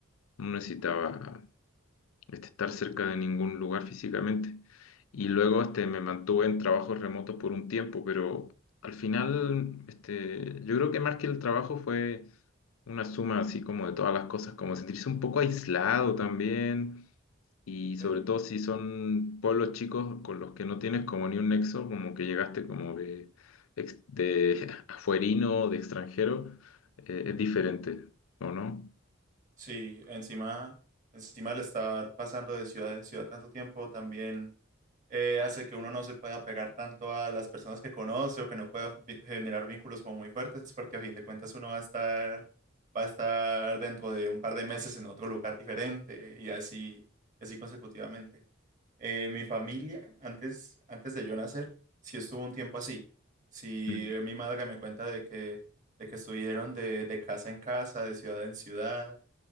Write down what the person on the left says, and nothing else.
no necesitaba este, estar cerca de ningún lugar físicamente. Y luego este, me mantuve en trabajos remotos por un tiempo, pero al final este, yo creo que más que el trabajo fue una suma así como de todas las cosas, como sentirse un poco aislado también. Y sobre
todo si son pueblos chicos con los que no tienes como ni un nexo, como que llegaste como de, ex- de <laughs> afuerino, de extranjero, eh, es diferente, ¿o no?
Mm,